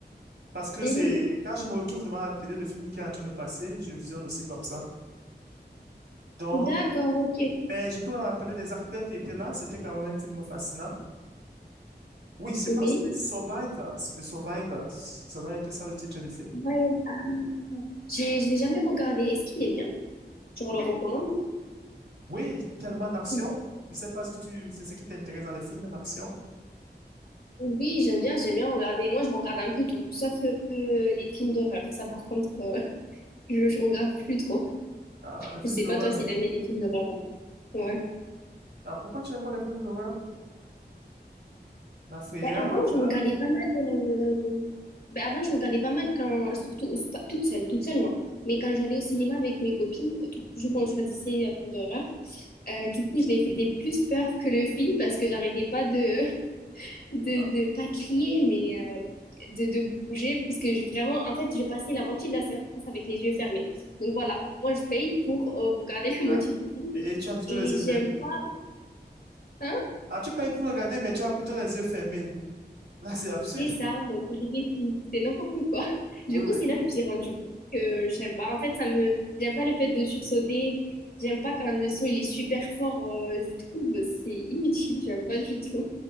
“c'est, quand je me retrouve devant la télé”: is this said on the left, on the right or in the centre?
Right